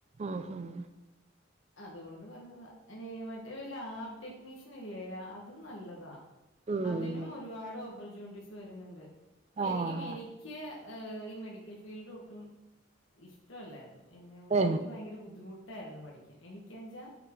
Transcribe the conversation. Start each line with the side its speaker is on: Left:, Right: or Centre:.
Right: ഉം ഉം
Left: അത്കൊണ്ട് പറഞ്ഞതാ അയ്ന് മറ്റേ ലാബ് ടെക്നീഷ്യനില്ലേ ലാ അതും നല്ലതാ.
Right: ഉം
Left: അതിനും ഒരുപാട് ഓപ്പർച്യൂണിറ്റീസ് വര്ന്ന്ണ്ട് ശെരിക്കും
Right: ആഹ്
Left: എനിക്ക് ഏഹ് ഈ മെഡിക്കൽ ഫീൽഡ് ഒട്ടും ഇഷ്ടൊല്ലായിരുന്നു. എനേം ക്കൊണ്ട്
Right: ഏഹ്
Left: എനിക്ക് ഭയങ്കര ബുദ്ധിമു ട്ടാരുന്നു പഠിക്കാൻ. എനിക്കെച്ചാ